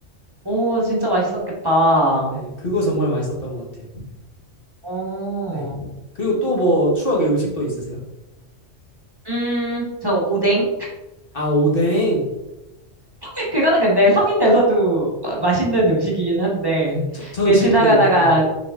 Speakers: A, on the right; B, on the left.
A: 오, 진짜 맛있었겠다.
B: 네, 그거 정말 맛있었던 것 같아요.
A: 어,
B: 네. 그리고 또 뭐 추억의 음식 또 있으세요?
A: 음, 저 오뎅?
B: 아, 오뎅.
A: <laughs> 그거는 근데 성인 돼서도 마- 맛있는 음식이긴 한데,
B: 네, 저, 저는
A: 예,
B: 지금도
A: 지나가다가,
B: 네,